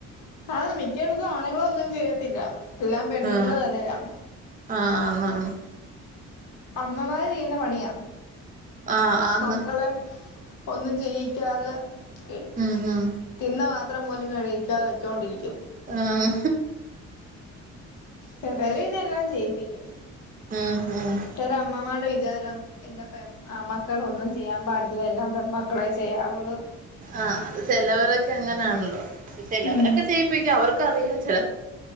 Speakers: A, on the left; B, on the right.
A: ആഹ് മിക്കയിടത്തും ആണുങ്ങളൊന്നും ചെയ്യത്തില്ല എല്ലാം പെണ്ണുങ്ങൾ
B: ആഹ്
A: തന്നെയാ.
B: ആഹ് ന്നാന്ന്.
A: അമ്മമാര് ചെയ്യുന്ന പണിയാ.
B: ആഹ് ആന്ന്
A: മക്കളെ ഒന്നും ചെയ്യിക്കാതെ ഇ
B: ഉം ഹും.
A: തിന്ന പാത്രം പോലും കഴികിക്കാതെ വെച്ചോണ്ടിരിക്കും.
B: ആഹ്
A: ചെരേര് പിന്നെല്ലാം ചെയ്യിപ്പിക്കും
B: ഉം ഉം
A: ചെല അമ്മമാരുടെ വിജാരം. എന്റെ പെൺ ആമക്കളൊന്നും ചെയ്യാൻ പാടില്ല എല്ലാം പെൺമക്കളെ ചെയ്യാവുള്ളൂ.
B: ആഹ് അത് ചെലവരൊക്കെ അങ്ങനെയാണല്ലോ ചെലവരൊക്കെ
A: ഉം
B: ചെയ്യിപ്പിക്കു അവർക്ക്. ക്കറിയാം ചെല